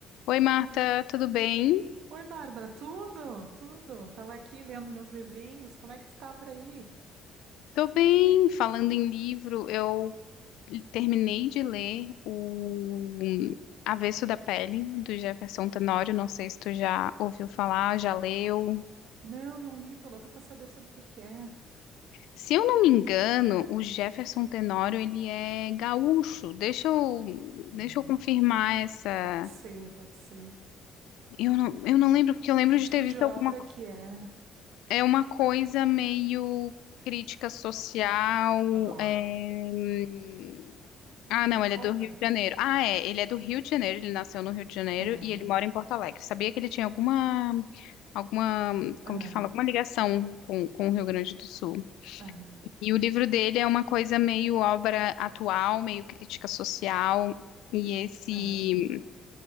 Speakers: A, on the left; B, on the right.
A: Oi, Marta, tudo bem?
B: Oi, Bárbara, tudo? Tudo. Tava aqui lendo meus livrinhos. Como é que tu tá por aí?
A: Tô bem. Falando em livro, eu terminei de ler o Avesso da Pele, do Jefferson Tenório.
B: Ah,
A: Não sei se tu já ouviu falar, já leu.
B: Não, não li, tô louca pra saber sobre o que que é.
A: Se eu não me engano, o Jefferson Tenório, ele é gaúcho. Deixa eu,
B: Hum,
A: deixa eu confirmar essa...
B: pode ser, pode ser.
A: Eu não, eu não lembro, porque eu lembro
B: Que
A: de
B: tipo
A: ter
B: de
A: visto
B: obra
A: alguma
B: que é?
A: É uma coisa meio crítica social.
B: Adoro.
A: é, hum, Ah, não,
B: Me conta.
A: ele é do Rio de Janeiro. Ah, é, ele é do Rio de Janeiro, ele nasceu no Rio de Janeiro
B: Aham,
A: e ele mora em Porto Alegre. Sabia que ele tinha alguma, alguma,
B: aham,
A: como que fala, alguma ligação com, com o Rio Grande do Sul.
B: aham,
A: E o livro dele é uma coisa meio obra atual, meio crítica social. E esse,
B: aham.